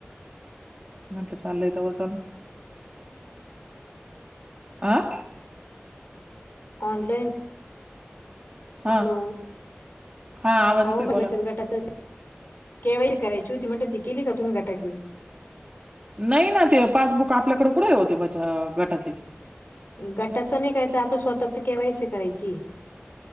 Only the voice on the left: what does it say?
ऑनलाईन
हॅलो!
आओ मी
बचत गटाचं केवायची करायची होती म्हणल ती केली का तुम्ही गटाची?
गटाचं नाई करयचं. आपलं स्वतःचं केवायसी करायची.